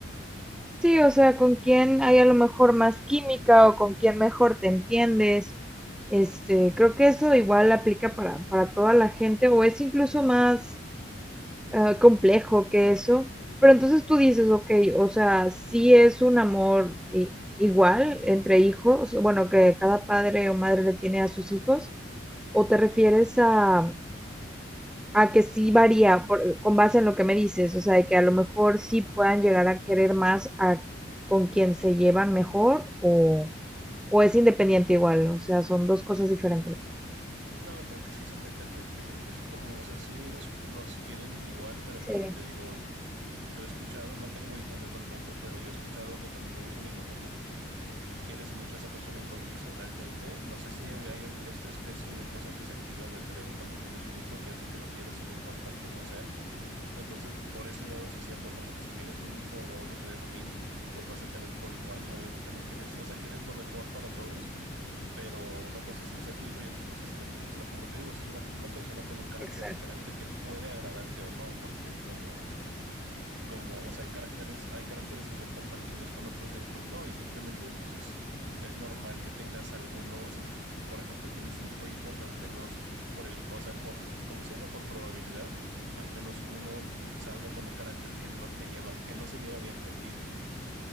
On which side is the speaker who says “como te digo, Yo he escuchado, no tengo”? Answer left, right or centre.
Right